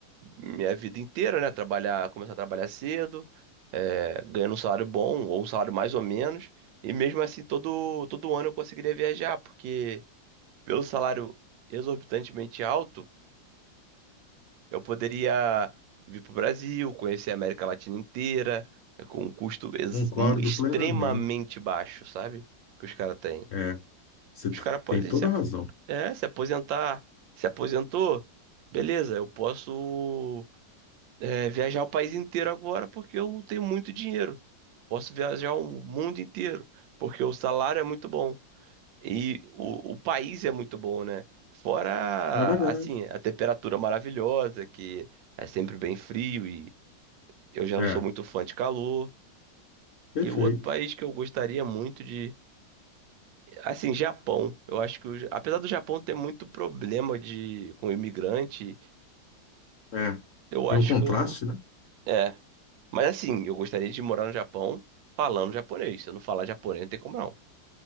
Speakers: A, on the right; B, on the left.
A: minha vida inteira, né? Trabalhar, começar a trabalhar cedo, é, ganhando um salário bom ou um salário mais ou menos. E mesmo assim, todo, todo ano eu conseguiria viajar, porque pelo salário exorbitantemente alto, eu poderia vir para o Brasil, conhecer a América Latina inteira, é, com um custo ex-
B: Concordo
A: um- extremamente
B: plenamente.
A: baixo, sabe? Que os caras têm.
B: É, você
A: Os caras podem
B: tem toda
A: se, a-
B: a razão.
A: é, se aposentar. Se aposentou, beleza, eu posso. é, viajar o país inteiro agora porque eu tenho muito dinheiro. Posso viajar o mundo inteiro porque o salário é muito bom e o, o país é muito bom, né? Fora,
B: É verdade.
A: assim, a temperatura maravilhosa, que é sempre bem frio e eu já
B: É,
A: não
B: é,
A: sou muito fã de calor.
B: perfeito.
A: E o outro país que eu gostaria muito de, assim, Japão. Eu acho que, o Ja- apesar do Japão ter muito problema de com imigrante,
B: É.
A: eu
B: E
A: acho
B: um contraste,
A: que eu,
B: né?
A: é. Mas assim, eu gostaria de morar no Japão falando japonês. Se eu não falar japonês, não tem como não.